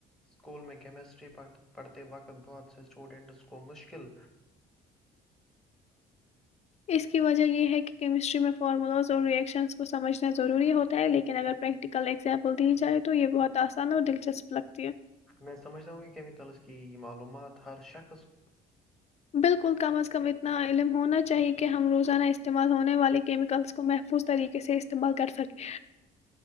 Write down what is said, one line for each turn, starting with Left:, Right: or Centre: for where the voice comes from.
Centre: سکول میں کیمسٹری پڑھتے وقت بہت سے سٹوڈنٹس کو مشکل
Left: اس کی وجہ یہ ہے کہ کیمسٹری میں فارمولاز اور ری ایکشنز کو سمجھنا ضروری ہوتا ہے لیکن اگر پریکٹیکل ایگزمپل دی جائے تو یہ بہت اسان ہو دلچسپ لگ
Centre: میں سمجھتا ہوں کہ میں کل کی معلومات ہر شک
Left: بالکل کم از کم اتنا علم ہونا چاہیے کہ ہم روزانہ استعمال ہونے والے کیمیکلز کو محفوظ طریقے سے استعمال کر سکیں